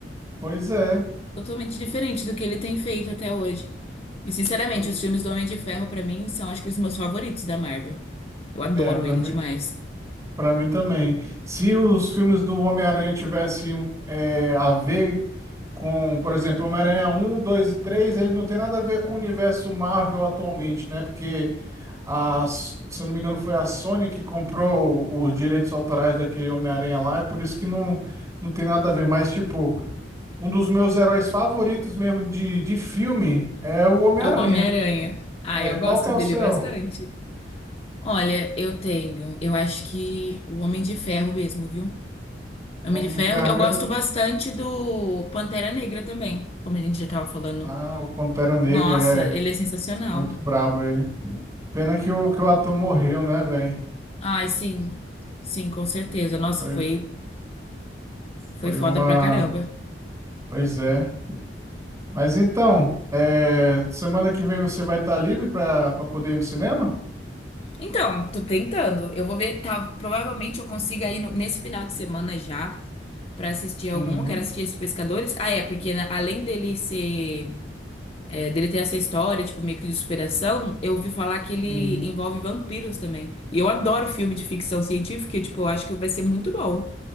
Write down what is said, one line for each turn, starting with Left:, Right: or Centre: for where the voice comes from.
Right: pois é,
Left: Totalmente diferente do que ele tem feito até hoje. E sinceramente,
Right: eu,
Left: os filmes do Homem de Ferro pra mim são acho que os meus favoritos da Marvel. Eu adoro
Right: é, para
Left: ele demais.
Right: Pra mim também. Se os filmes do Homem-Aranha tivessem é, a ver com, por exemplo, Homem-Aranha um, 2 e 3, ele não tem nada a ver com o universo Marvel atualmente, né? Porque, a, se eu não me engano, foi a Sony que comprou os direitos autorais daquele Homem-Aranha lá, é por isso que não, não tem nada a ver. Mas, tipo, um dos meus heróis favoritos mesmo de, de filme é o Homem-Aranha.
Left: É o Homem-Aranha. Ah,
Right: É,
Left: eu
Right: qual
Left: gosto
Right: que é o
Left: dele
Right: seu?
Left: bastante. Olha, eu tenho, eu acho que o Homem de Ferro mesmo, viu? Homem
Right: O Homem
Left: de
Right: de
Left: Ferro.
Right: Ferro
Left: Eu
Right: mesmo?
Left: gosto bastante do Pantera Negra também, como a gente já tava falando.
Right: Ah, o Pantera Negra,
Left: Nossa,
Right: é
Left: ele é sensacional.
Right: muito brabo ele. Pena que o, que o ator morreu, né, velho?
Left: Ai, sim. Sim, com certeza. Nossa,
Right: Foi,
Left: foi foi
Right: foi
Left: foda
Right: uma.
Left: pra caramba.
Right: Pois é. Mas então, é, semana que vem você vai estar livre para poder ir no cinema?
Left: Então, tô tentando. Eu vou ver, tá, provavelmente eu consiga ir no- nesse final de semana já pra assistir algum.
Right: Uhum,
Left: Eu quero assistir esse Pescadores. Ah, é, porque né, além dele ser é, dele ter essa história, tipo, meio que de superação, eu ouvi falar que ele
Right: uhum.
Left: envolve vampiros também. E eu adoro filme de ficção científica, e, tipo, eu acho que vai ser muito bom